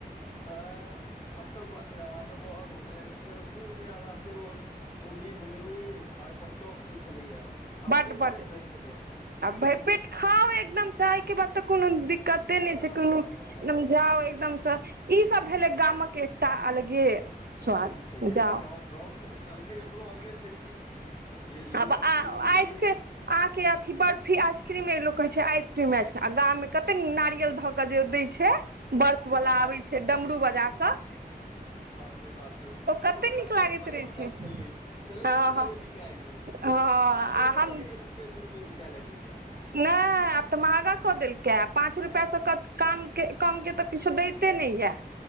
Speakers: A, on the left; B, on the right.
A: ह आब तऽ बात छै तऽ महग भ गेलै पहिने तऽ दू रुपआ मे हमरा ओ मुरी घुघनी आ ओहि पर चौप दै छलैया त
B: बड्ड
A: भरि
B: बड्ड
A: पेट रहै छलै
B: आ भरि पेट खाउ एकदम चायके बाद तऽ कोनो दिक्कते नहि
A: हँ
B: छै कोनो एकदम
A: हँ हँ
B: जा खाउ एकदम से ई सब भेले गामक एकटा अलगे स्वाद
A: छैहे
B: जाउ
A: कि गाँव गाँवके जलखै एखनहु अलगे छै कि झिल्ली
B: आब
A: कचरी
B: आइसके
A: मुरही
B: अहाँके अथी बर्फी आइस आइसक्रीम मे लोग कह छै आइसक्रीम आसक्रीम आ गाम मे केतेक नारियल धऽ के जे दै छै बर्फ बला
A: हँ
B: आबै छै डमरु बजा कऽ
A: से बात छै
B: कते
A: ओ तऽ पहिले
B: नीक
A: दस
B: लागैत
A: पाइये
B: रहै
A: बिकाई
B: छै
A: छलै पहिले
B: हँ
A: दस
B: हँ
A: पाइये बिकाई ओ
B: हँ
A: आब तऽ
B: आ
A: ओहो
B: हम
A: लगैयै एक रुपे दू रूपे बिका लगलेए
B: नहि आब तऽ महगा कऽ देलकै पाँच रुपैआसँ काम कम के तऽ किछो दैते नहि यै